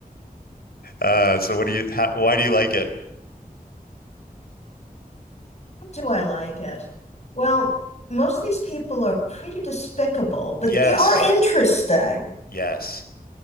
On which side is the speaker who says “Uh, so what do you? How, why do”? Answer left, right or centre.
Left